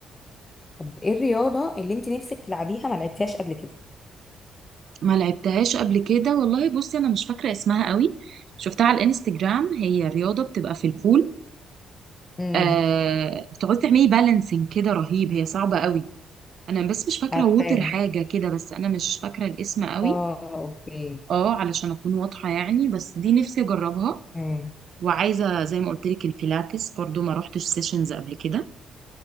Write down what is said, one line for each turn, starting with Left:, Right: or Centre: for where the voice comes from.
Left: طب ايه الرياضه اللي انت نفسك تلعبيها ما لعبتيهاش قبل
Right: ما لعبتهاش قبل كده والله بصي انا مش فاكره اسمها قوي شفتها على الانستجرام هي رياضه بتبقى في البول
Left: كده
Right: آه بتقعدي تعملي بالانسنج كده رهيب هي صعبه قوي انا بس مش فاكره
Left: عارفاها
Right: ووتر حاجه كده بس انا مش فاكره الاسم قوي
Left: اه اوكي
Right: اه علشان اكون واضحه يعني بس دي نفسي اجربها
Left: امم
Right: وعايزه زي ما قلت لك البيلاتس برضو ما روحتش سيشنز قبل كده